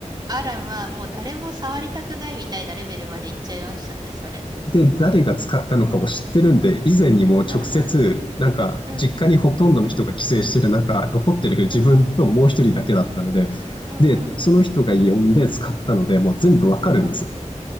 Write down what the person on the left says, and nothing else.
で、誰が使ったのかを知ってるんで、以前にも直接、
なんか、
実家にほとんどの人が帰省してる中、残ってる自分ともう一人だけだったので、
で、
その人が呼んで使ったので、もう全部わかるんですよ。